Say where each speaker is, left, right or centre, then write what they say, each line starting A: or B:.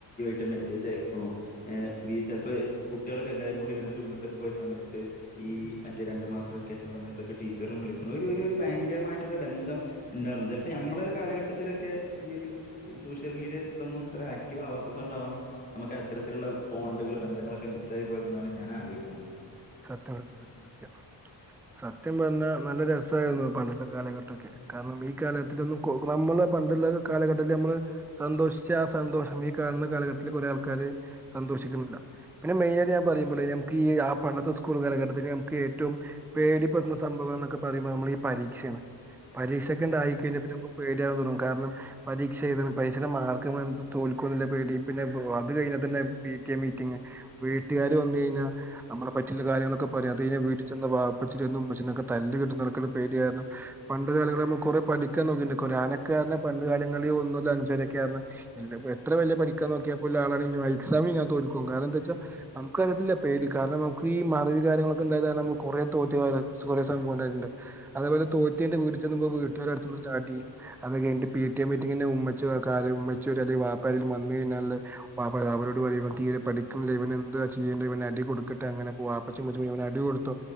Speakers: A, on the left (about 20°); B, in the centre.
A: ട്ട് മെസ്സേജ് അയക്കണോ ചെലപ്പോ കുട്ടിആളൊക്കെ എല്ലാരും കൂടി ഇരുന്നിട്ട് വീട്ടിലൊക്കെ പോയ സമയത്ത് ഈ മറ്റേ രണ്ടുമാസ വെക്കേഷൻ സമയത്തൊക്കെ ടീച്ചറും വിളിക്ന് ഒരു ഭയങ്കരമായിട്ട് മ ബന്ധം ഉണ്ടായിരുന്നു ചിലപ്പോ ഞമ്മളെ ഒരു കാലഘട്ടത്തിലൊക്കെ ഈ ഒരു സോഷ്യൽ മീഡിയ ഇതൊന്നും ഇത്ര ആക്റ്റീവ് ആവാത്തത് കൊണ്ടാവാം നമക്ക് അത്തരത്തിലുള്ള ബോണ്ടുകൾ ബന്ധങ്ങളൊക്കെ മിസ്സ് ആയി പോയതെന്നാണ് ഞാൻ ആലോയ്ക്ണേ
B: സത്യം സത്യം സത്യം പറഞ്ഞാൽ നല്ല രസയിരുന്നു പണ്ടത്തെ കാലഘട്ടൊക്കെ കാരണം ഈ കാലത്തിലോന്നും നമ്മള് പണ്ടുള്ള കാലഘട്ടത്തി നമ്മള് സന്തോഷിച്ച ആ സന്തോഷം ഈ കാണുന്ന കാലഘട്ടത്തിൽ കുറെ ആൾക്കാര് സന്തോഷിക്ന്നില്ല പിന്നെ മെയിനാആയിട്ട് ഞാൻ പറിമ്പള് നമുക്കി ഈ പണ്ടത്തെ സ്കൂൾ കാലഘട്ടത്തില് നമുക്ക് ഏറ്റവും പേടി പെടുത്തുന്ന സംഭവങ്ങൾ എന്നൊക്കെ പറയ്മ്പോൾ നമ്മള് ഈ പരീക്ഷയാണ് പരീക്ഷയൊക്കെ ഉണ്ടായി കഴിഞ്ഞാൽ നമുക്ക് പേടിയാകാൻ തുടങ്ങും കാരണം പരീക്ഷ എഴുതണം പരീക്ഷയുടെ മാർക്ക് നമ്മള് തോൽകോന്ന്ല്ല പേടി പിന്നെ അത് പിന്നെ പിടി എ മീറ്റിംഗ് വീട്ടുകാർ വന്ന് കഴിഞ്ഞാ നമ്മളെ പറ്റിള്ള കാര്യങ്ങളൊക്കെ പറയും അത് കഴിഞ്ഞാൽ വീട്ടിൽ ചെന്നാൽ വാപ്പച്ചിന്റടുത്തുന്നുംഉമ്മച്ചിന്റെ അടുത്ത് നിന്നൊക്കെ തല്ല് കിട്ട പേടാരണം പണ്ട് കാലങ്ങളെമ്മ കുറെ പഠിക്കാൻ നോക്കിണ്ട് അനക്കാ എന്ന് പറഞ്ഞ പണ്ട് കാലങ്ങളിൽ ഒന്ന് അഞ്ച വരൊക്കെ ആ എത്ര വലിയ പഠിക്കാൻ നോക്കിയപ്പോ ആളാണേങ്കി പോലും എക്സാമ് കയിഞ്ഞാ തോൽക്കും കാരണം എന്താ ന്നെച്ചാ നമുക്ക്റിയത്തില്ല പേടി കാരണം നമുക്ക് ഈ മറിവി കാര്ങ്ങളൊക്ക ഉണ്ടായ നമക്ക് കുറെേ തോറ്റുക കുറേ സംഭവം ഉണ്ടായിട്ടുണ്ട് അതപോലെ തോറ്റേന്റെ വീട്ട ചെന്ന്ുമോ വീട്ടുകാര ടി അത് കിഞ്ഞട്ട പി ടി എം മീറ്റിംഗ് ഉമ്മച്ചി ഒരു അടി അത് കഴിഞ്ഞാൽ വാപ്പ പരിൽ മന്തി തിന്നാനുള്ള പ അവരോട് പറ ഇവൻ തീരെ പഠിക്ക ഇവൻ എന്താ ചെയ്യണ്ട ഇവന അടി കൊടുക്ക അങ്ങനെ പോവാപ്പ അടി കൊടുത്തു